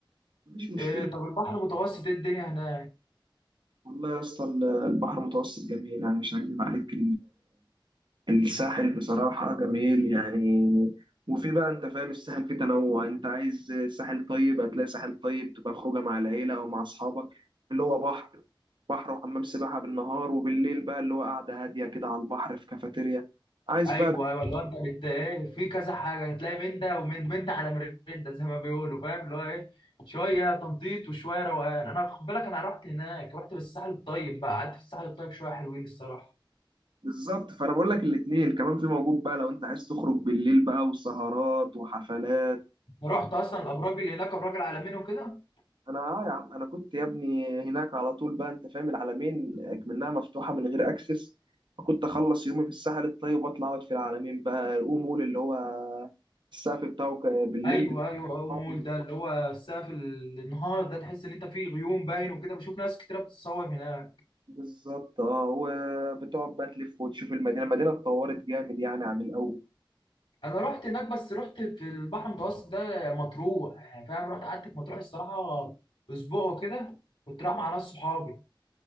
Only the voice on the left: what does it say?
إيه طب البحر المتوسط ايه الدنيا هناك
ايوه
ايوه اللي هو انت بت ايه في كذا حاجه هتلاقي من ده ومن من ده على مرندة زي ما بيقولوا فاهم اللي هو ايه شويه تنطيط وشويه روقان انا خد بالك انا رحت هناك رحت بالساحل الطيب بقى قعدت في الساحل الطيب شويه حلوين الصراحه
رحت اصلا الابراج اللي هناك ابراج العالمين وكده
ايوه ايوه
أو مول ده اللي هو السقف النهار ده تحس ان انت فيه غيوم باين وكده بشوف ناس كتيره بتتصور هناك
انا رحت هناك بس رحت في البحر المتوسط ده مطروح يعني فاهم رحت قعدت في مطروح الصراحه اسبوع وكده كنت رايح مع ناس صحابي